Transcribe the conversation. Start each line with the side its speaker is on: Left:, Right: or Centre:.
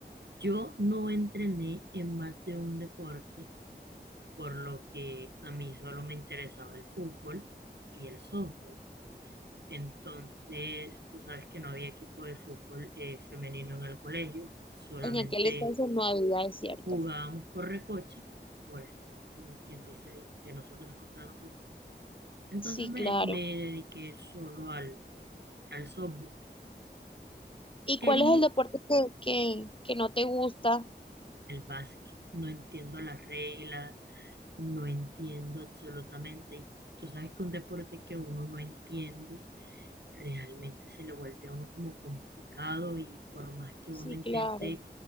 Right: yo no entrené en más de un deporte, por lo que a mí solo me interesaba el fútbol y el softball. Entonces, tú sabes que no había equipo de fútbol eh, femenino en el colegio, solamente
Left: En aquel entonces no había desierto.
Right: jugábamos por recocha, por estar como quien dice ahí, de nosotros contra nosotros. Entonces
Left: Sí,
Right: me,
Left: claro.
Right: me dediqué solo al, al softball.
Left: ¿Y cuál
Right: Quería
Left: es el deporte que, que, que no te gusta?
Right: el básquet, no entiendo las reglas, no entiendo absolutamente. Y tú sabes que un deporte que uno no entiende, realmente se le vuelve a uno como complicado y por más que
Left: Sí,
Right: uno intente
Left: claro.